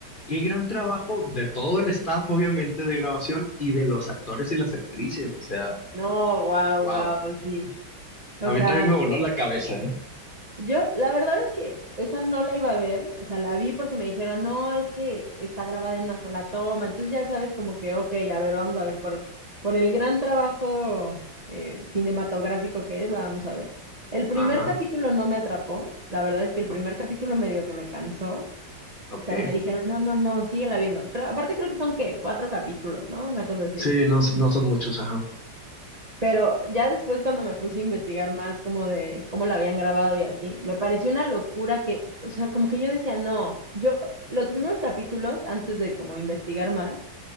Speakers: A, on the left; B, on the right.
A: qué gran trabajo de todo el staff, obviamente, de grabación y de los actores y las actrices, o sea,
B: No, wow,
A: wow.
B: wow, sí. O
A: A mí
B: sea,
A: también me voló la cabeza, ¿eh?
B: Yo, la verdad es que esa no la iba a ver, o sea, la vi porque me dijeron, no, es que está grabada en una sola toma, entonces ya sabes como que, ok, a ver, vamos a ver por, por el gran trabajo eh, cinematográfico que es, la vamos a ver. El primer
A: Ajá,
B: capítulo no me atrapó, la verdad es que el
A: ok.
B: primer capítulo me dio que me cansó,
A: ok.
B: pero me dijeron, no, no, no, síguela viendo. Creo- aparte creo que son, ¿qué? Cuatro capítulos, ¿no? Una cosa así.
A: Sí, no, son- no son muchos, ajá,
B: Pero ya después cuando me puse a investigar más como de cómo la habían grabado y así, me pareció una locura que, o sea, como que yo decía, no, yo los primeros capítulos, antes de como investigar más,